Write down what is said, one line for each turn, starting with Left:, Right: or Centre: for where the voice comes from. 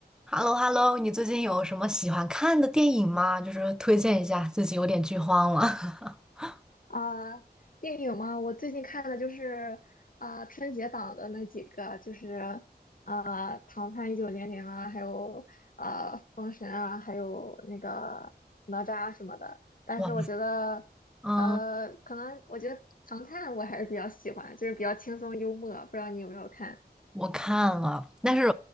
Centre: h e l l o h e l l o 你最近有什么喜欢看的电影吗？就是推荐一下，最近有点剧荒了。<laughs>
Left: 啊，电影嘛，我最近看的就是啊、春节档的那几个，就是啊、唐探一九零零》啊，还有啊、封神》啊，还有那个哪吒什么的。但是我觉得，
Centre: 哇，嗯，
Left: 呃，可能我觉得《唐探》我还是比较喜欢，就是比较轻松幽默。不知道你有没有看？
Centre: 我看了，但是